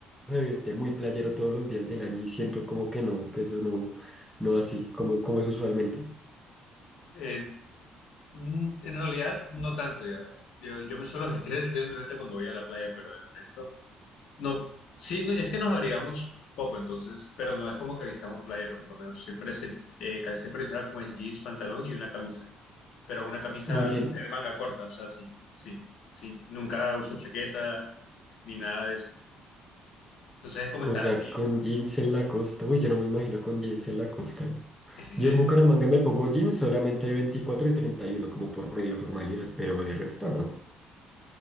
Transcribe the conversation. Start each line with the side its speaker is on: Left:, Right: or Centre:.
Centre: se viste muy playero todos los días del año y siento como que no, que eso no, no así, como, como es usualmente.
Left: Eh, mm, en realidad no tanto ya. Yo, yo me suelo <laughs> vestir así simplemente cuando voy a la playa, pero el resto no. Sí, no, es que nos abrigamos poco entonces, pero no es como que vistamos playero, por lo menos siempre se- eh, casi siempre será como en jeans, pantalón y una camisa, pero una camisa
Centre: Muy bien,
Left: de manga corta, o sea, sí, sí, sí. Nunca uso chaqueta ni nada de eso. Entonces es como
Centre: o
Left: estar
Centre: sea,
Left: así.
Centre: con jeans en la costa, uy, yo no me imagino con jeans en la costa.
Left: <laughs>
Centre: Yo en Bucaramanga me pongo jeans solamente 24 y 31 como por medio formalidad, pero de resto no.